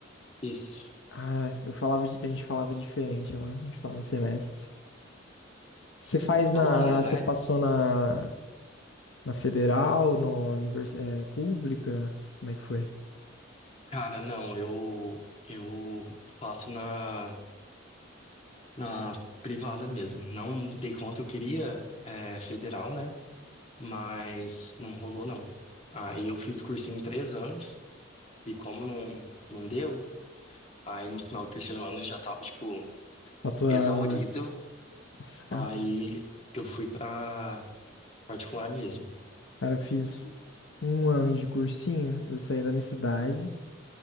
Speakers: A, on the left (about 30°); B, on the left (about 75°).
A: Isso.
B: Ah, eu falava, de- a gente falava diferente lá. A gente falava semestre. Você faz na.
A: Falando, né?
B: Você passou na, na federal, no univers, é, pública? Como é que foi?
A: Cara, não, eu eu faço na, na privada mesmo. Não dei conta, eu queria é, federal, né? Mas não rolou, não. Aí eu fiz cursinho em três anos. E como não, não deu, aí no final do terceiro ano eu já tava, tipo,
B: Faturado,
A: exaurido.
B: né? Nossa, cara.
A: Aí eu fui pra particular mesmo.
B: Cara, eu fiz um ano de cursinho. Eu saí da minha cidade.